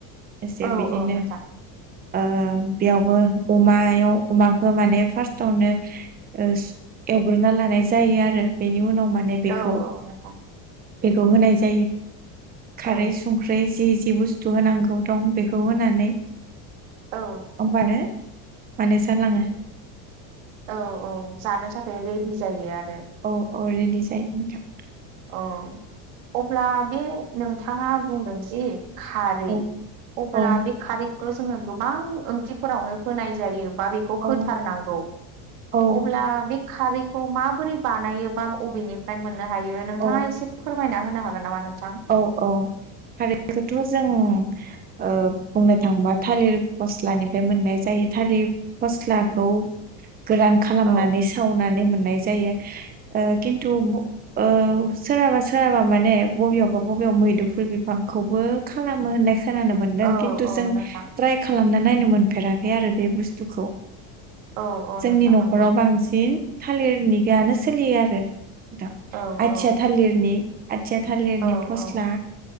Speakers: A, on the right; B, on the right.
A: एसे
B: औ
A: बिदिनो
B: औ नोंथां
A: ओ बेयावबो अमायाव अमाखो माने फार्स्टावनो ओ एवग्रोना लानाय जायो आरो बेनि उनाव माने बेखौ
B: औ औ नंगौ।
A: बेखौ होनाय जायो खारै
B: औ
A: संख्रै जि जि बुस्थु होनांगौ दं बेखौ होनानै
B: औ
A: ओनबानो माने जालाङो
B: औ औ जानो थाखाय रेडि जायो आर
A: औ औ रेडि जायो नोंथां।
B: औ अब्ला बे नोंथाङा बुंदों जि खारै
A: औ
B: अब्ला
A: औ
B: बे खारैखौ जोङो गोबां ओंख्रिफोरावनो होनाय जायो। बा बेखौ
A: औ
B: होथारनांगौ
A: औ
B: अब्ला बे खारैखौ माबोरै बानायो बा अबेनिफ्राय मोननो हायो नोंथाङा
A: औ
B: एसे फोरमायना होनो हागोन? नामा नोंथां
A: औ औ खारैखौथ' जों ओ बुंनो थाङोबा थालिर फस्लानिफाय मोननाय जायो थालिर फस्लाखौ गोरान खालामनानै
B: औ
A: सावनानै मोननाय जायो। ओ खिन्थु ओ सोरहाबा सोरहाबा माने बबियाव बावेबा मैदुफुल बिफांखौबो खालामो होननाय खोनानो मोनदों
B: औ
A: खिन्थु
B: औ
A: जों
B: नोंथां
A: ट्राय खालाम ना नायनो मोनफेराखै आरो बे बुस्थुखौ
B: औ औ
A: जोंनि
B: नोंथां
A: न'खराव
B: नंगौ
A: बांसिन थालिरनिगायानो सोलियो आरो थां
B: औ
A: आथिया
B: औ
A: थालिरनि आथिया थालिरनि
B: औ
A: फस्ला
B: औ